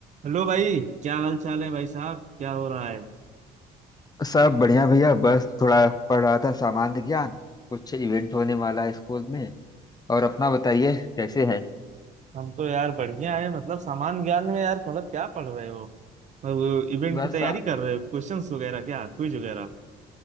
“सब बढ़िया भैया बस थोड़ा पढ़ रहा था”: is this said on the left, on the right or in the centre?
Left